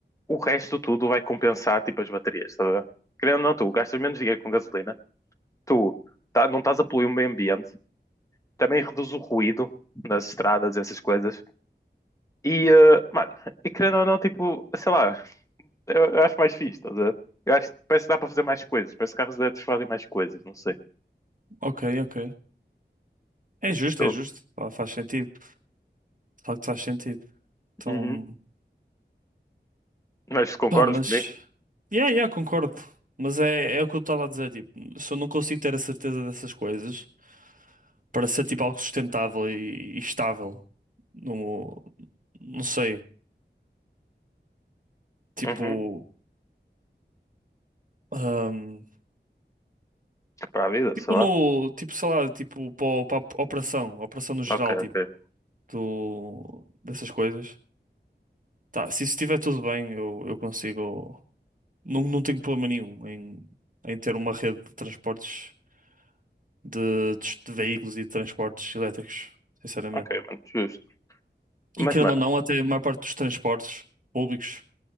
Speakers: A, on the left; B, on the right.
A: o resto tudo vai compensar tipo as baterias, tá a ver? Querendo ou não, tu gastas menos dinheiro com gasolina, tu tá- não estás a poluir o meio ambiente, também reduz o ruído nas estradas, essas coisas. E, eh, mano, e querendo ou não, tipo, sei lá, eu, eu acho mais fixe, estás a ver? Eu acho que parece que dá para fazer mais coisas, parece que carros elétricos fazem mais coisas, não sei.
B: ok, ok. É justo,
A: Tu-
B: é justo. Pá, faz sentido. De facto, faz sentido. Então,
A: Uhum. Mas concordas
B: pá, mas.
A: comigo?
B: Yeah, yeah, concordo. Mas é, é o que eu estava a dizer. Tipo, se eu não consigo ter a certeza dessas coisas para ser tipo algo sustentável e, e estável, não, não sei. Tipo,
A: Uhum.
B: ahm,
A: Para a vida,
B: tipo
A: sei lá.
B: no, tipo, sei lá, tipo para a operação, operação no geral,
A: Ok, ok.
B: tipo, do, dessas coisas. Tá, se isso estiver tudo bem, eu, eu consigo, não, não tenho problema nenhum em, em ter uma rede de transportes de, de, de veículos e de transportes elétricos, sinceramente.
A: Ok, mano, justo. Mas,
B: E querendo
A: mano,
B: ou não, até a maior parte dos transportes públicos